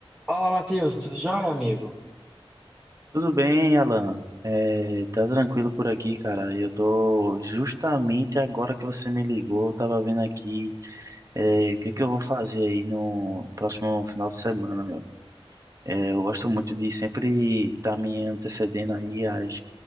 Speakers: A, in the centre; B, on the right.
A: Fala, Matheus, tudo jóia, amigo?
B: Tudo bem, Alan? É, tá tranquilo por aqui, cara. Eu tô justamente agora que você me ligou, eu tava vendo aqui é, o que que eu vou fazer aí no próximo final de semana, meu. É, eu gosto muito de sempre estar tá me antecedendo aí aos